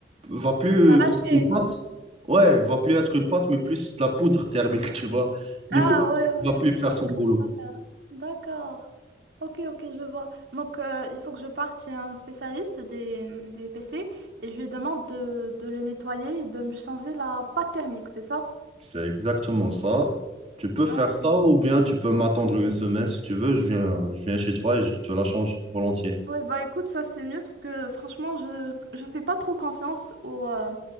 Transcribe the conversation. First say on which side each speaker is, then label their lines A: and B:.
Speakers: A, on the right; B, on the right.
A: va plus
B: Elle va
A: être
B: lâcher.
A: une pâte. Ouais, va plus être une pâte, mais plus de la poudre thermique, <laughs> tu vois. Du
B: Ah,
A: coup,
B: ouais,
A: elle va plus
B: ouais.
A: faire
B: Avec
A: son boulot.
B: la chaleur. D'accord. Ok, ok, je vois. Donc, euh, il faut que je parte chez un spécialiste des, des PC et je lui demande de, de les nettoyer et de me changer la pâte thermique, c'est ça?
A: C'est exactement ça. Tu peux faire
B: Ok.
A: ça ou bien tu peux m'attendre une semaine si tu veux. Je viens, je viens chez toi et je te la change volontiers.
B: Ouais, bah écoute, ça c'est mieux parce que franchement, je, je fais pas trop confiance aux, euh,